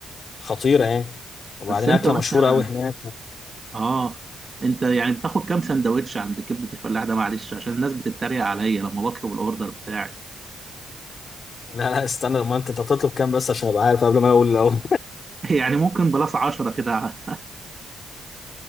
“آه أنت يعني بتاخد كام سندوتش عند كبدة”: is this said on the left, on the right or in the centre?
Right